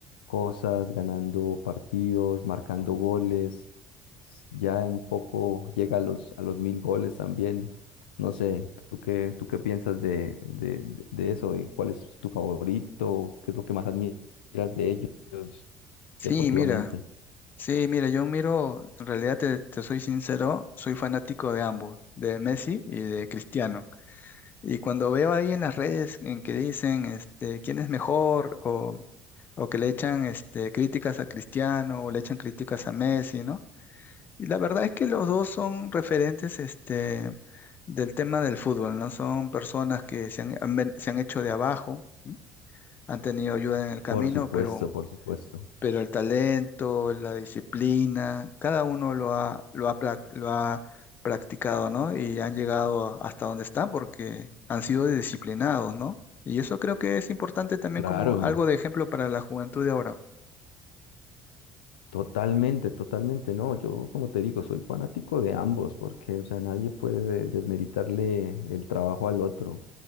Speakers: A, on the left; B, on the left.
A: cosas, ganando partidos, marcando goles. Ya en poco llega a los, a los mil goles también. No sé, ¿tú qué, tú qué piensas de, de, de- de eso? ¿De cuál es tu favorito? ¿Qué es lo que más admiras de ellos
B: Sí,
A: deportivamente?
B: mira. Sí, mira, yo miro, en realidad te, te soy sincero, soy fanático de ambos, de Messi y de Cristiano. Y cuando veo ahí en las redes en que dicen este, quién es mejor o, o que le echan este, críticas a Cristiano o le echan críticas a Messi, ¿no? Y la verdad es que los dos son referentes este, del tema del fútbol, ¿no? Son personas que se han, han ven- se han hecho de abajo, han tenido ayuda en el camino,
A: Por supuesto,
B: pero
A: por supuesto.
B: pero el talento, la disciplina, cada uno lo ha, lo ha, pla- lo ha practicado, ¿no? Y han llegado a- hasta donde están porque han sido disciplinados, ¿no? Y eso creo que es importante también
A: Claro.
B: como algo de ejemplo para la juventud de ahora.
A: Totalmente, totalmente, no, yo como te digo, soy fanático de ambos, porque, o sea, nadie puede desmeritarle el trabajo al otro.